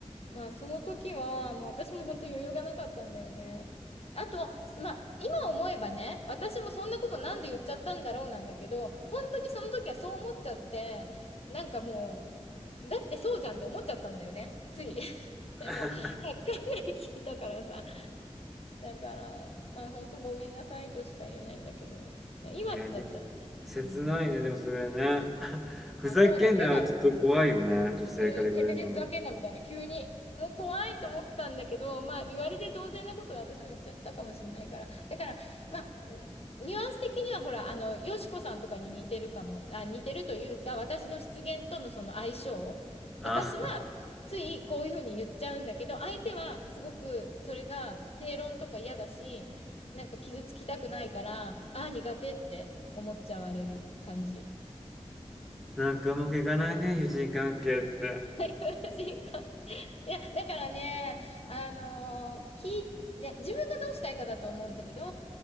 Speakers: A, on the left; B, in the centre.
A: まあその時は、もう私も本当余裕がなかったんだよね。あと、まあ今思えばね、私もそんなことなんで言っちゃったんだろうなんだけど、本当にその時はそう思っちゃって、なんかもう、だってそうじゃんって思っちゃったんだよね、つい。<laughs>
B: <laughs>
A: でも1 0回ぐらい聞いたからさ、だから、まあ本当ごめんなさいとしか言えないんだけど、まあ今だったらね、
B: いや、で切ないね、
A: うん、
B: でもそれね。<laughs> ふざけんなよ、
A: まあそうだね。
B: ちょっと怖いよね、女性から言われるのは。
A: うん、てめえふざけんなみたいな、急に。もう怖いと思ったんだけど、まあ言われて当然なことは私も言っちゃったかもしれないから。だから、まあ、うんニュアンス的にはほら、あの、よしこさんとかに似てるかも、あ、似てるというか、私の失言とのその相性。
B: あ、
A: 私は
B: <laughs>
A: ついこういうふうに言っちゃうんだけど、相手はすごくそれが正論とか嫌だし、なんか傷つきたくないから、ああ、苦手って思っちゃわれる感じ。
B: なんかうまくいかないね、友人関係って。
A: <laughs> はい、感じいや、だからね、あのー、きね自分がどうしたいかだと思うんだけど、